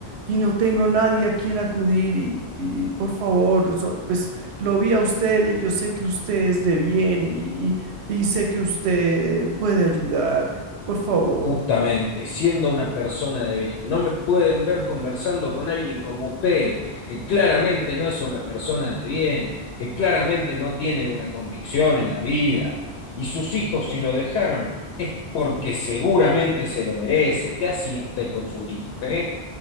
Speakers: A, on the right (about 80°); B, on the left (about 80°).
A: y no tengo nadie a quien acudir y, y por favor, so- pues lo vi a usted y yo sé que usted es de bien y, y- y sé que usted eh, puede ayudar, por favor.
B: Justamente, siendo una persona de bien, no me pueden ver conversando con alguien como usted, que claramente no es una persona de bien, que claramente no tiene una convicción en la vida. Y sus hijos, si lo dejaron, es porque seguramente se lo merece. ¿Qué hacía usted con sus hijos? eh?